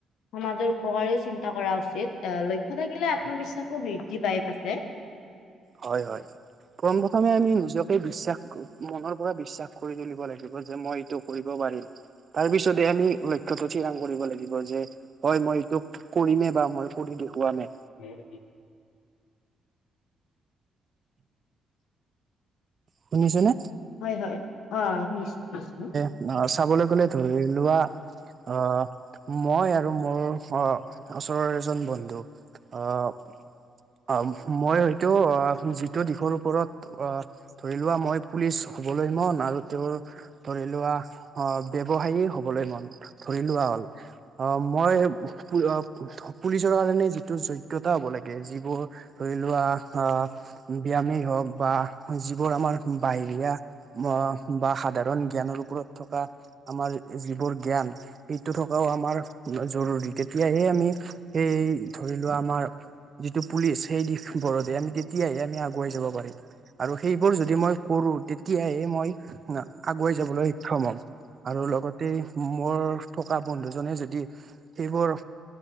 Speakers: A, on the left; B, on the right.
A: সমাজৰ উপকাৰেও চিন্তা কৰা উচিত, এ লক্ষ্য থাকিলে আত্মবিশ্বাসো বৃদ্ধি পাই প আছে
B: হয়, হয়, প্ৰোন প্ৰথমে আমি নিজকে বিশ্বাস মনৰ পৰা বিশ্বাস কৰি তুলিব লাগিব যে মই এইটোক কৰিব পাৰিম, তাৰ পিছতে আমি লক্ষ্য়তো থিৰাং কৰিব লাগিব যে হয় মই এইটো কৰিমে বা মই কৰিঢ দেখুৱামে
A: মোৰি <unintelligible>
B: শুনিছনে?
A: হয়, হয়, অ', শুনিছো।
B: ন চাবলৈ গ'লে ধৰি লোৱা অ', ই আৰু মোৰ অ ওচৰৰ এজন বন্ধু আহ অ মই হয়তো আহ যিটো দিশৰ ওপৰত আহ ধৰি লোৱা মই পুলিচ হ'বলৈ মন আৰু তেওঁৰ ধৰি লোৱা অ, ব্যৱসায় হবলৈ মন ধৰি লোৱা হ'ল। অ ', মই পুলিচৰ কাৰণে যিটো যোগ্য়তা হ'ব লাগে, যিবোৰ। ধৰি লোৱা অ। ব্যয়ামেই হওক বা যিবোৰ আমাৰ বাহিৰী অ, বা সাধাৰণ জ্ঞানৰ ওপৰত থকা। আমাৰ যিবোৰ জ্ঞান, সেইটো থকাও আমাৰ জৰুৰী তেতিয়াহে আমি। সে ধৰি লোৱা আমাৰ। যিটো পুলিচ সেই দিবৰতে আমি তেতিয়াহে আমি আগুৱাই যাব পাৰিম, আৰু সেইবোৰ যদি মই, কৰো তেতিয়াহে মই আগুৱাই যাবলৈ সক্ষম হম। আৰু লগতে মোৰ থকা বন্ধুজনে যদি সেইবোৰ